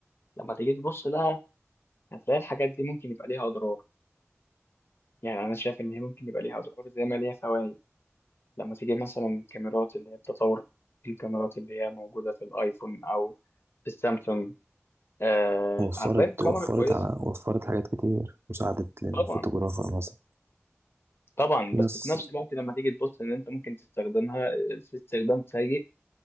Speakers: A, on the left; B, on the right.
A: لما تيجي تبص لها هتلاقي الحاجات دي ممكن يبقى ليها اضرار يعني انا شايف ان هي ممكن يبقى ليها اضرار زي ما ليها فوائد لما تيجي مثلا الكاميرات اللي هي بتطور الكاميرات اللي هي موجودة في الايفون او في السامسونج آه
B: وفرت
A: هتلاقي إن الكاميرا
B: وفرت
A: كويسة
B: على وفرت حاجات كتير مساعدة للفوتوغرافر
A: طبعا
B: مثلا
A: طبعا
B: في
A: بس
B: ناس
A: في نفس الوقت لما تيجي تبص ان انت ممكن تستخدمها آه، في استخدام سيء